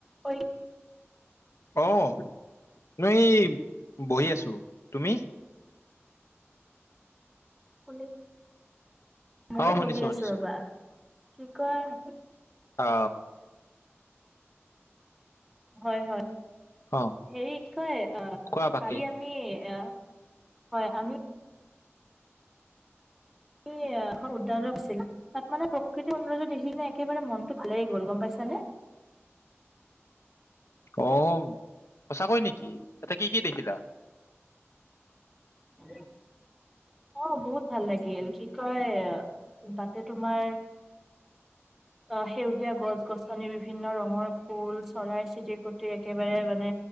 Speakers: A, in the centre; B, on the left (about 70°).
A: ঐ
B: অহ মই বহি আছো তুমি?
A: পোলে মইয়ো
B: অ শুনিছো
A: বহি আছো
B: শুনিছো
A: ৰবা কি ক আনে
B: অ
A: হয় হয়
B: অ
A: হেৰি কয় অহ
B: কোৱা বাকী
A: কালি আমি অহ হয় আমি আমি এখন উদ্যানলৈ গৈছিলো তাত মানে প্ৰকৃতি সৌন্দৰ্য দেখি কিনে একেবাৰে মনটো ভাল লাগি গ'ল গম পাইছানে?
B: অ সঁচাকৈ নেকি তাতে কি কি দেখিলা
A: উ অ বহুত ভাল লাগিল কি কয় তাতে তোমাৰ অ সেউজীয়া গছ গছনি বিভিন্ন ৰঙৰ ফুল চৰাই চিৰিকটি একেবাৰে মানে